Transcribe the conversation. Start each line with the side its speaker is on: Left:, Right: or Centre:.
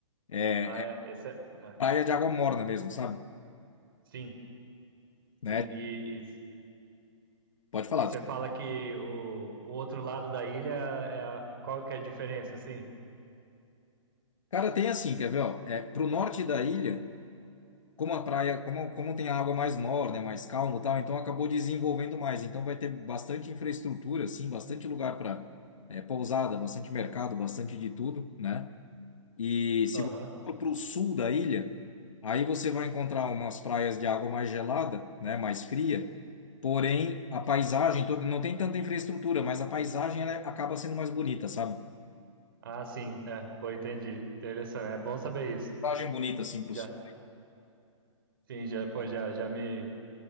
Left: é,
Right: Ah, é.
Left: é
Right: Esse é... ah,
Left: praia de água morna mesmo, sabe?
Right: sim,
Left: Né?
Right: sim. E, e,
Left: Pode falar.
Right: e você fala que o, o outro lado da ilha é a... qual que é a diferença, assim?
Left: Cara, tem assim, quer ver, ó, é, pro norte da ilha, como a praia, como, como tem a água mais morna, é mais calmo e tal, então acabou desenvolvendo mais, então vai ter bastante infraestrutura, assim, bastante lugar para pousada, bastante mercado, bastante de tudo, né? E se
Right: Aham.
Left: você for para o sul da ilha, aí você vai encontrar umas praias de água mais gelada, né, mais fria. Porém, a paisagem toda não tem tanta infraestrutura, mas a paisagem ela acaba sendo mais bonita, sabe?
Right: Ah, sim. É, pô, entendi. Interessante. É bom saber isso.
Left: Paisagem bonita assim para
Right: Já,
Left: o sul.
Right: sim, já, pô, já, já me,